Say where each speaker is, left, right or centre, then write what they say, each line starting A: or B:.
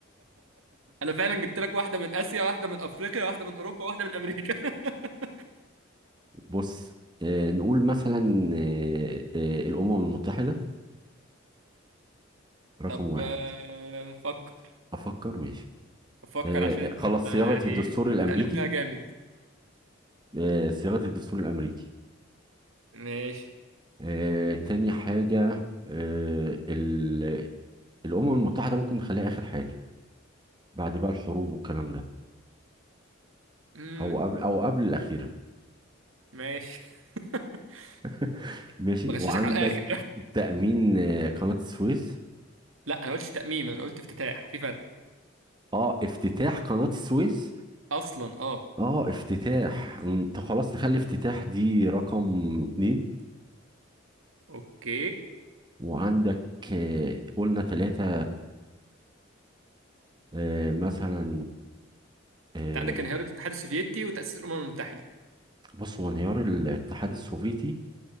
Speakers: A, on the right (about 85°); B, on the right (about 20°).
A: انا فعلا جبت لك واحدة من اسيا واحدة من افريقيا واحدة من اوروبا واحدة من امريكا <laughs>
B: بص آه، نقول مثلا آه، آه، الأمم المتحدة رقم
A: طب
B: واحد
A: آه، فكر
B: أفكر ماشي
A: افكر
B: آه،
A: عشان انت
B: خلاص
A: أنت يعني
B: صياغة الدستور الأمريكي
A: قلبتها جامد
B: آه، صياغة الدستور الأمريكي
A: ماشي
B: آه، تاني حاجة آه، ال- الأمم المتحدة ممكن نخليها آخر حاجة بعد بقى الحروب والكلام ده
A: امم
B: أو قبل أو قبل الأخيرة
A: ماشي <laughs>
B: <laughs> ماشي
A: بغششك
B: وعندك
A: على الاخر
B: تأمين آه، قناة السويس
A: <laughs> لا انا قلتش تأميم انا قلت افتتاح في فرق
B: اه افتتاح قناة السويس
A: اصلا اه
B: اه افتتاح م، طب خلاص نخلي افتتاح دي رقم اتنين
A: اوكي
B: وعندك آه، قلنا تلاتة آه، مثلا آه،
A: انت عندك انهيار الاتحاد السوفيتي وتأسيس الامم المتحدة
B: بص هو انهيار الاتحاد السوفيتي